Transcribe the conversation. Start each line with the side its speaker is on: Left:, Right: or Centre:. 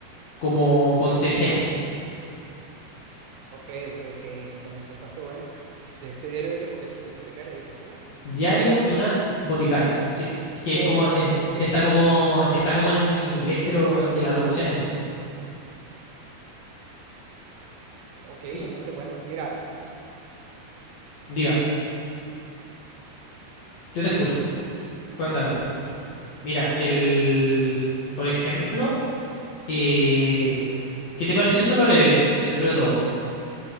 Left: como consejera.
Right: Ok, ok, ok. Entonces, bastante bueno. De este diario de una hipoque- hipotecaria, dices, ¿cómo?
Left: Diario de una boticaria. Sí, es que es
Right: Boticaria.
Left: como, es-
Right: Ok,
Left: está
Right: ok,
Left: como,
Right: ok.
Left: está como en inglés, pero en la traducción es esa.
Right: Ok,
Left: Y-
Right: bastante bueno. Mira.
Left: Diga, yo te escucho. Cuéntame. Mira, el, por ejemplo. Eh, ¿qué te pareció Solo Leveling dentro de todo?